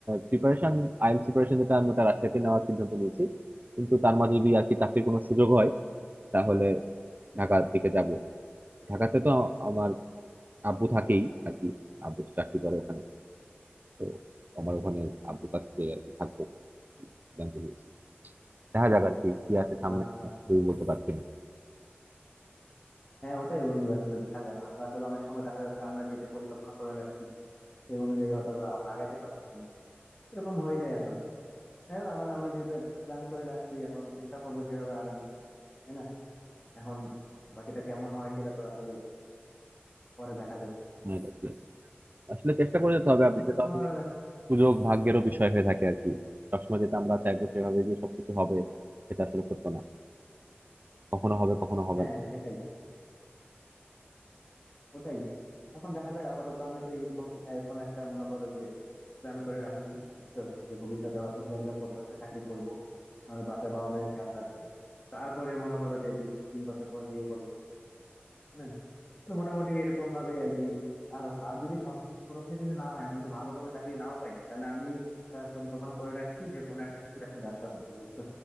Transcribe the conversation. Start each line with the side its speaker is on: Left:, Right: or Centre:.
Right: প্রিপারেশন আইএলটিএস প্রিপারেশন যেটা আমি ওটা রাজশাহীতে নেওয়ার সিদ্ধান্ত নিয়েছি কিন্তু তার মাঝে যদি আর কি চাকরির কোনো সুযোগ হয় তাহলে ঢাকার দিকে যাব ঢাকাতে তো আমার আব্বু থাকেই আর কি আব্বু তো চাকরি করে ওখানে তো আমার ওখানে আব্বুর কাছ থেকে আর কি থাকবো সিদ্ধান্ত নিয়েছি দেখা
Left: হুম।
Right: যাক আর কি কি আছে সামনে
Left: আচ্ছা
Right: কিছুই
Left: আচ্ছা
Right: বলতে পারছি না
Left: হ্যাঁ ওটাই বন্ধু আসলে দেখা যাক আমরা আসলে অনেক সময় দেখা যাচ্ছে আমরা যেটা পরিকল্পনা করে রাখছি সেই অনুযায়ী হয়তো বা আমরা আগাইতে পারতেছি না এরকম হয়ে যায় আসলে হ্যাঁ আমরা আমরা যেটা প্ল্যান করে রাখছি এখন চেষ্টা করবো সেভাবে আগানোর তাই না এখন বাকিটা কেমন হয় সেটা তো আসলে পরে দেখা যাবে
Right: হ্যাঁ, আর কি। আসলে চেষ্টা করে যেতে হবে আর
Left: আপাতত
Right: বিষয়টা
Left: আমার
Right: আসলে সুযোগ ভাগ্যেরও বিষয় হয়ে থাকে আর কি সবসময় যেটা আমরা চাইবো সেভাবে যে সবকিছু হবে সেটা আসলে সত্য না কখনো হবে কখনো হবে
Left: হ্যাঁ
Right: না
Left: সেটাই ওটাই এখন দেখা যাক আপাতত আমি তো এরকম এরকম একটা মনে করো যে প্ল্যান করে রাখছি বুঝছো যে ভবিষ্যতে এগুলা এগুলা করবো একটা চাকরি করব আমার বাসায় বাবা মায়ের খেয়াল রাখবো তারপরে মনে করো যে দুই তিন বছর পর বিয়ে করবো হ্যাঁ তো মোটামুটি এরকম ভাবে আর কি আর আর যদি সব কিছু কোনো কিছু যদি না হয় আমি যদি ভালো কোনো চাকরি নাও পাই তাহলে আমি একটা পরিকল্পনা করে রাখছি যে কোনো একটা কিছুর একটা ব্যবসা করবো বুঝছো